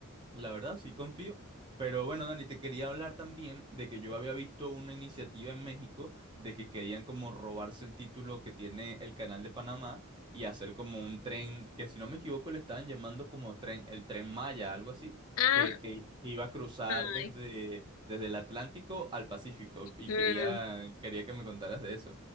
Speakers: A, on the right (about 20°); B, on the left (about 70°).
A: la verdad, sí confío. Pero bueno, Dani, te quería hablar también de que yo había visto una iniciativa en México de que querían como robarse el título que tiene el canal de Panamá y hacer como un tren, que si no me equivoco le estaban llamando como tren, el tren Maya, algo así
B: Ah,
A: que, que iba a cruzar
B: ay,
A: desde, desde el Atlántico al Pacífico y
B: mm,
A: quería, quería que me contaras de eso.